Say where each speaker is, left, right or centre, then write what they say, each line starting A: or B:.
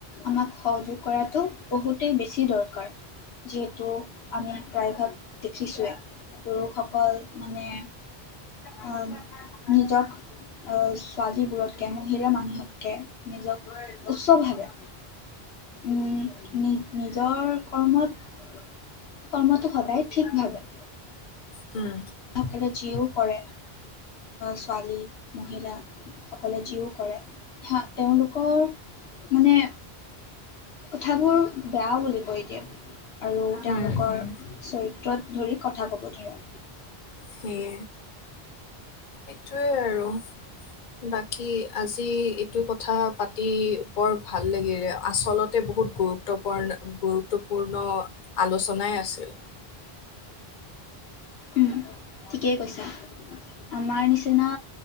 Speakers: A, on the left; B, on the left.
A: আমাক সহযোগ কৰাটো বহুতেই বেছি দৰকাৰ যিহেতু আমি প্ৰায়ভাগ দেখিছোৱে পুৰুষসকল মানে অহ নিজক অহ ছোৱালীবোৰতকে মহিলা মানুহতকে নিজক উচ্চ ভাৱে উম নি নিজৰ কৰ্মত কৰ্মটো সদায় ঠিক ভাৱে
B: উম
A: তাকে যিও কৰে ছোৱালী মহিলাসকলে যিও কৰে তেওঁলোকৰ মানে কথাবোৰ বেয়াও বুলি কৈ দিয়ে আৰু তেওঁলোকৰ
B: উম উম
A: চৰিত্ৰত ধৰি কথা ক'ব ধৰা
B: সেই সেইটোৱে আৰু বাকী আজি এইটো কথা পাতি বৰ ভাল লাগিলে আচলতে বহুত গুৰুত্ব গুৰুত্বপূৰ্ণ গুৰুত্বপূৰ্ণ আলোচনাই আছিল
A: উম ঠিকেই কৈছা আমাৰ নিচিনা